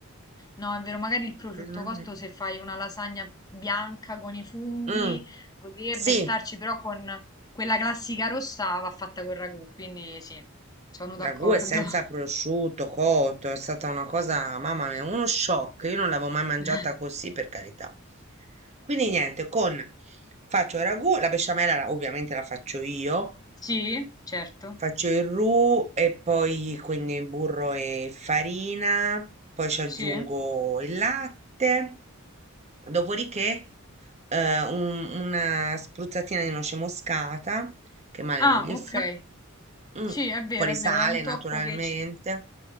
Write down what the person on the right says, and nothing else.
Mm.
Mm,
Sì,
ragù
è senza prosciutto, cotto, è stata una cosa, mamma mia, uno shock, io non l'avevo mai mangiata
così per carità. Quindi niente, con faccio il ragù, la besciamella la- ovviamente la faccio io,
Faccio il roux e poi quindi burro e farina, poi ci aggiungo
il latte, dopodiché eh, un- una spruzzatina di noce moscata, che male
non gli
fa, Mm,
un
po' di
sale
naturalmente.